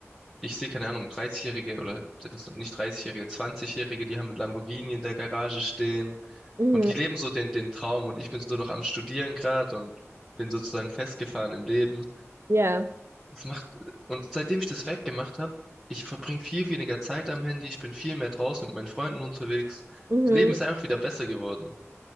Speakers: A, in the centre; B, on the right.
A: ich sehe, keine Ahnung, 30-Jährige oder was, nicht 30-Jährige, 20-Jährige, die haben mit Lamborghini in der Garage stehen
B: Mhm.
A: und die leben so den, den Traum und ich bin so noch am Studieren gerade und bin sozusagen festgefahren im Leben.
B: Ja.
A: Das macht, und seitdem ich das weggemacht habe, ich verbringe viel weniger Zeit am Handy, ich bin viel mehr draußen mit meinen Freunden unterwegs.
B: Mhm.
A: Das Leben ist einfach wieder besser geworden.